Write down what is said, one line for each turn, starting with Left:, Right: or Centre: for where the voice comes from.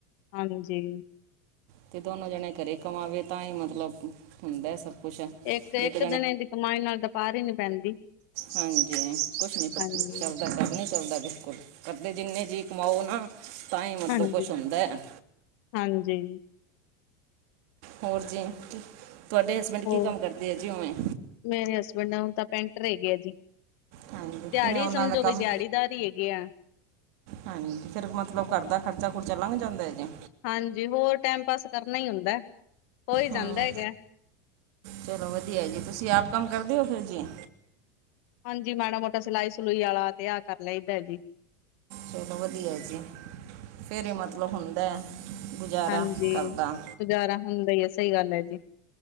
Left: ਹਾਂਜੀ।
Right: ਅਤੇ ਦੋਨੋਂ ਜਣੇ ਘਰੇ ਕਮਾਵੇ ਤਾਂ ਹੀ ਮਤਲਬ ਹੁੰਦਾ ਸਭ। ਕੁਛ ਇੱਕ
Left: ਇੱਕ-ਇੱਕ ਜਣੇ ਦੀ ਕਮਾਈ ਨਾਲ ਦਕਾਰ ਹੀ ਨੀ ਪੈਂਦੀ।
Right: ਹਾਂਜੀ ਕੁਛ ਨੀ ਪਤਾ
Left: ਹਾਂਜੀ,
Right: ਚੱਲਦਾ ਕੰਮ ਨੀ ਚੱਲਦਾ ਬਿਲਕੁਲ। ਘਰਦੇ ਜਿੰਨੇ ਜੀ ਕਮਾਓ ਨਾ ਤਾਂ ਹੀ ਮਤਲਬ
Left: ਹਾਂਜੀ।
Right: ਕੁਛ ਹੁੰਦਾ ਹੈ।
Left: ਹਾਂਜੀ।
Right: ਹੋਰ ਜੀ, ਤੁਹਾਡੇ ਹਸਬੈਂਡ
Left: ਹੋਰ,
Right: ਕੀ ਕੰਮ ਕਰਦੇ ਆ ਜੀ ਉਵੇਂ?
Left: ਮੇਰੇ ਹਸਬੈਂਡ ਹੁਣ ਤਾਂ ਪੈਂਟਰ ਹੈਗਿਆ ਜੀ।
Right: ਹਾਂਜੀ
Left: ਦਿਹਾੜੀ
Right: ਕਿਵੇਂ ਉਹਨਾਂ
Left: ਸਮਝੋ
Right: ਦਾ ਕੰਮ
Left: ਬੇ ਦਿਹਾੜੀਦਾਰ ਹੀ ਹੈਗੇ ਆ।
Right: ਹਾਂਜੀ, ਫਿਰ ਮਤਲਬ ਘਰਦਾ ਖਰਚਾ ਖ਼ੁਰਚਾ ਲੰਘ ਜਾਂਦਾ ਹੈਜੀ।
Left: ਹਾਂਜੀ, ਹੋਰ ਟਾਈਮ ਪਾਸ ਕਰਨਾ ਹੀ ਹੁੰਦਾ, ਹੋਈ
Right: ਹੂੰ
Left: ਜਾਂਦਾ ਹੈਗਾ।
Right: ਚਲੋ ਵਧੀਆ ਜੀ, ਤੁਸੀਂ ਆਪ ਕੰਮ ਕਰਦੇ ਓ ਫਿਰ ਜੀ।
Left: ਹਾਂਜੀ ਮਾੜਾ ਮੋਟਾ ਸਿਲਾਈ ਸਲੂਈ ਆਲਾ ਤੇ ਆ ਕਰ ਲਈ ਦਾ ਜੀ।
Right: ਚਲੋ ਵਧੀਆ ਜੀ, ਫਿਰ ਇਹ ਮਤਲਬ ਹੁੰਦਾ, ਗੁਜ਼ਾਰਾ
Left: ਹਾਂਜੀ,
Right: ਕਰਦਾ
Left: ਗੁਜ਼ਾਰਾ ਹੁੰਦਾ ਹੀ ਹੈ, ਸਹੀ ਗੱਲ ਹੈ ਜੀ।